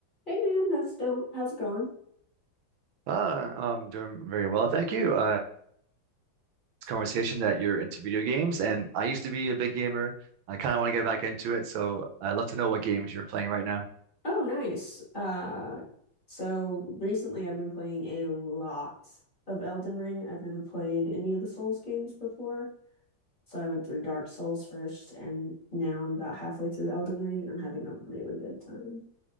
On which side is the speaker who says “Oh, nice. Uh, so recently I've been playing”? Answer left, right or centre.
Left